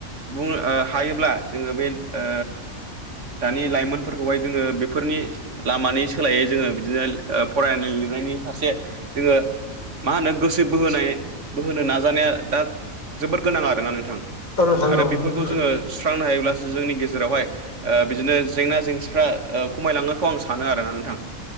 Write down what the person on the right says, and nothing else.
बुंऔ हायोब्ला जोङो बे ओ दानि लाइमोनफोरखौहाय जोङो बेफोरनि लामानि सोलायै जोङो बिदिनो ओ फरायनाय लिरनायनि फारसे जोङो मा होनो गोसो बोहोनाय बोहोनो नाजानाया दा जोबोद गोनां आरोना नोंथां
आरो
बेफोरखौ
जोङो सुस्रांनो हायोब्लासो जोंनि गेजेरावहाय बिदिनो जेंना जेंसिफ्रा ओ खमायलांगोनखौ आं सानो आरोना नोंथां